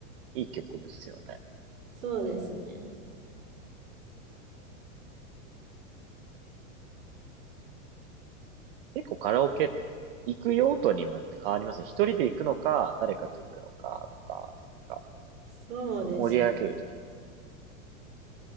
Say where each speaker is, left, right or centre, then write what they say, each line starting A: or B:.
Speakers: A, on the right (about 45°); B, on the right (about 75°).
A: いい曲ですよね。
B: そうですね。
A: 結構カラオケ行く用途にもよって変わりますね。一人で行くのか、誰かと行くのかとか、なんか
B: そうですね。
A: 盛り上げるとき。